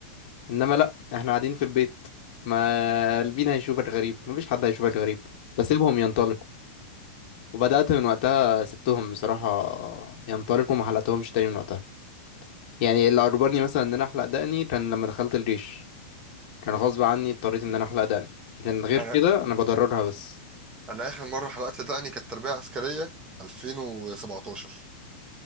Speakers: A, on the left; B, on the right.
A: انما لا احنا قاعدين في البيت ما مين هيشوفك غريب مفيش حد هيشوفك غريب فسيبهم ينطلقوا وبدات من وقتها سبتهم بصراحه ينطلقوا ما حلقتهمش تاني من وقتها يعني اللي اجبرني مثلا ان انا احلق دقني كان لما دخلت الجيش كان غصب عني اضطريت ان انا احلق دقني لكن غير
B: انا
A: كده انا بضررها بس
B: انا اخر مره حلقت دقني كانت تربيه عسكريه 2017